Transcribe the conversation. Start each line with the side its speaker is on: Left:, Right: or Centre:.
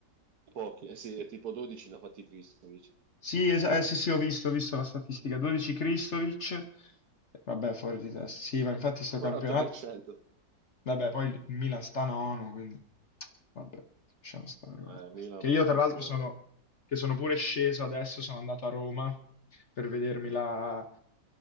Right: Pochi. Eh sì, è tipo 12 ne ha fatti Kristovic.
Left: Sì, es- eh, sì, sì, ho visto, ho visto la statistica. 12 Kristovic. Vabbè, fuori di testa. Sì, ma infatti sto
Right: 40%.
Left: campionato... Vabbè, poi il Milan sta nono, quindi vabbè, lasciamo stare, guarda.
Right: Eh, Milan
Left: Che io
Right: purtroppo...
Left: tra l'altro sono, che sono pure sceso adesso, sono andato a Roma per vedermi
Right: Mhm.
Left: la,